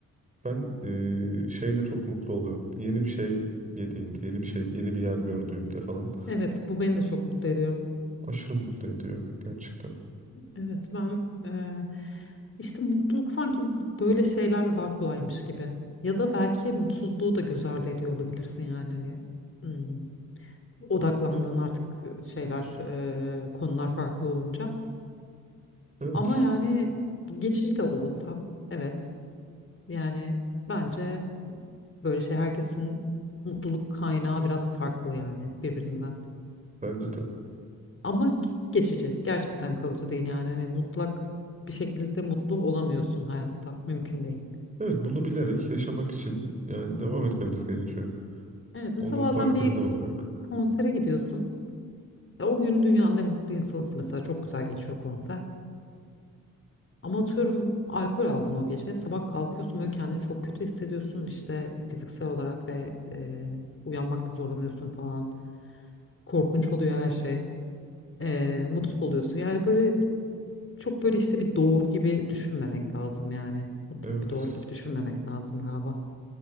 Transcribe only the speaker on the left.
Evet bu beni de çok mutlu ediyor.
Evet ben eee, işte mutluluk sanki böyle şeylerle daha kolaymış gibi. Ya da belki mutsuzluğu da göz ardı ediyor olabilirsin yani hani hmm, odaklandığın artık şeyler eee, konular farklı olunca.
Ama yani geçici de olsa evet yani bence böyle şey herkesin mutluluk kaynağı biraz farklı yani birbirinden.
Ama geçici. Gerçekten kalıcı değil yani. Hani mutlak bir şekilde mutlu olamıyorsun hayatta. Mümkün değil.
Evet
mesela bazen
bir
konsere gidiyorsun. Ya o gün dünyanın en mutlu insanısın mesela. Çok güzel geçiyor konser. Ama atıyorum alkol aldın o gece. Sabah kalkıyorsun böyle kendini çok kötü hissediyorsun. işte fiziksel olarak ve e, uyanmakta zorlanıyorsun falan. Korkunç oluyor her şey. E, mutsuz oluyorsun. Yani böyle Çok böyle işte bir doğru gibi düşünmemek lazım yani. Mutlak
bir doğru gibi düşünmemek lazım galiba.